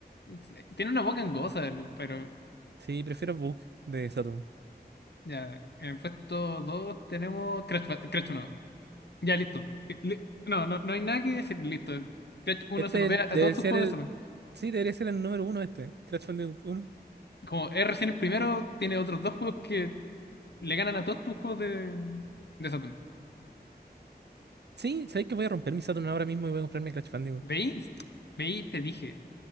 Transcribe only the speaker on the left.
<laughs> Tiene una boca angosa el Spyro.
Ya, en el puesto 2 tenemos Crash, Ba- Crash uno Ya, listo. Ti- li- No, no, no hay nada que decir, listo. Crash 1
se papea
a todos tus
juegos
de Saturn.
Como es recién el primero, tiene otros dos juegos que le ganan a todos tus juegos de, de Saturn.
¿Veis? ¿Veis? Te dije.